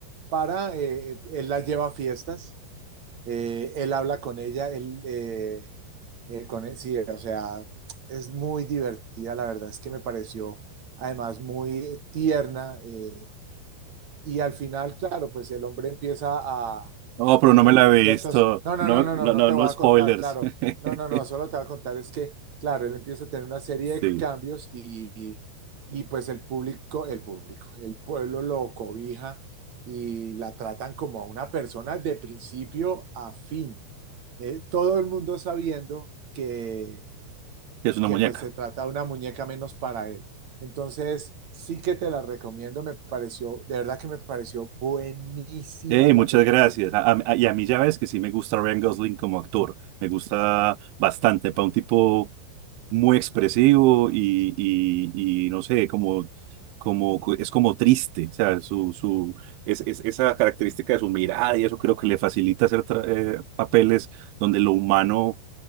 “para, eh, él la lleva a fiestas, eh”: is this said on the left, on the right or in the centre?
Right